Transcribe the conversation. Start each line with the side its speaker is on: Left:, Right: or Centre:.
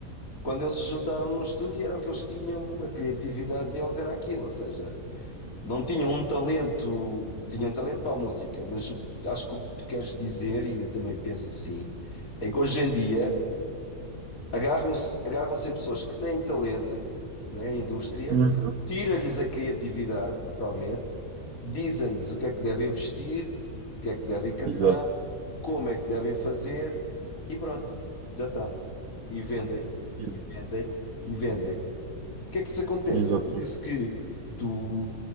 Left: quando eles se juntaram num estúdio e era o que eles tinham, a criatividade deles era aquilo, ou seja, não tinham um talento, tinham talento para a música, mas o- acho que o que tu queres dizer, e eu também penso assim, é que hoje em dia agarram-se agarram-se em pessoas que têm talento, né, a indústria,
Right: Uhum.
Left: tira-lhes a criatividade totalmente, dizem-lhes o que é que devem vestir, o que é que devem cantar,
Right: Exato.
Left: como é que devem fazer, e pronto, já está. E vendem,
Right: Ex-
Left: e vendem, e vendem. O que é que isso acontece?
Right: Exato.
Left: Acontece que tu